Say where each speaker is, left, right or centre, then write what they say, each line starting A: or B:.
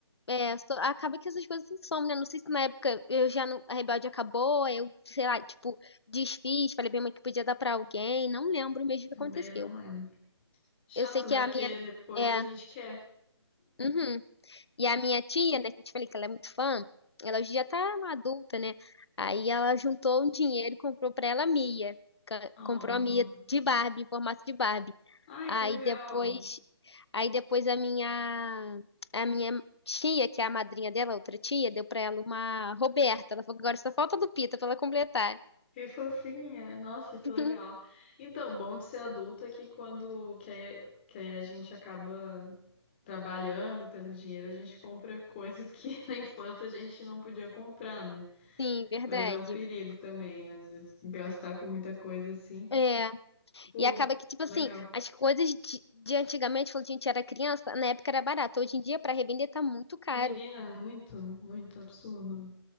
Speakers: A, on the left; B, on the left.
A: é, so- acaba que essas coisas se somem, né? Não sei se na época eu já não, a Rebelde acabou, aí eu, sei lá, tipo, desfiz, falei bem mãe que podia dar pra alguém, não lembro mesmo o
B: Também
A: que aconteceu.
B: não lembro. Chato,
A: Eu sei que
B: né?
A: a
B: Porque
A: minha
B: depois
A: é,
B: a gente quer.
A: Uhum. E a minha tia, né, que eu te falei que ela é muito fã, ela hoje já tá uma adulta, né? Aí ela juntou um dinheiro e comprou pra ela a Mia. Ca-
B: Oh.
A: Comprou a Mia de Barbie, em formato de Barbie.
B: Ai,
A: Aí
B: que legal.
A: depois, aí depois a minha a minha tia, que é a madrinha dela, outra tia, deu pra ela uma Roberta. Ela falou que agora só falta a Lupita pra ela completar.
B: Que fofinha! Nossa, que
A: <laughs>
B: legal. Então, bom de ser adulto é que quando que aí, que aí a gente acaba trabalhando, tendo dinheiro, a gente compra coisas que <laughs> na infância a gente não podia comprar, né?
A: Sim, verdade.
B: Mas é um perigo também, às vezes, gastar com muita coisa assim.
A: É,
B: Pô,
A: E acaba que, tipo
B: legal.
A: assim, as coisas de, de antigamente, quando a gente era criança, na época era barato. Hoje em dia, para revender, tá muito caro.
B: Menina, muito, muito absurdo.